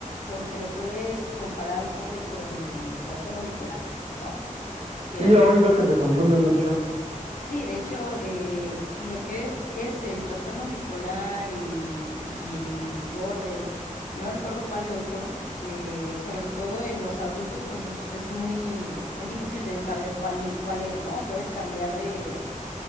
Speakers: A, on the left; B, on the right.
A: porque lo puedes comparar un poco con el trastorno bipolar, ¿no? Que
B: Sí, he
A: es
B: oído que se confunden mucho.
A: Sí, de hecho, eh, lo que es es el trastorno bipolar y, y el border, y no recuerdo cuál otro, eh, sobre todo en los adultos, pues es, es muy, muy difícil de saber cuál, cuál es, ¿no? Puedes cambiar de,